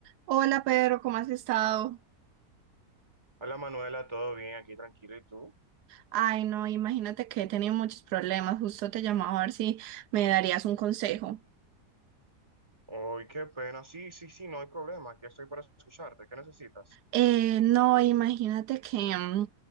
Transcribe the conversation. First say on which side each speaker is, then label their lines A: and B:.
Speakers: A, on the right; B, on the right.
A: Hola Pedro, ¿cómo has estado?
B: Hola Manuela, ¿todo bien? Aquí tranquilo, ¿y tú?
A: Ay, no, imagínate que he tenido muchos problemas. Justo te llamaba a ver si me darías un consejo.
B: Ay, qué pena. Sí, sí, sí, no hay problema. Aquí estoy para escucharte. ¿Qué necesitas?
A: Eh, no, imagínate que, mm,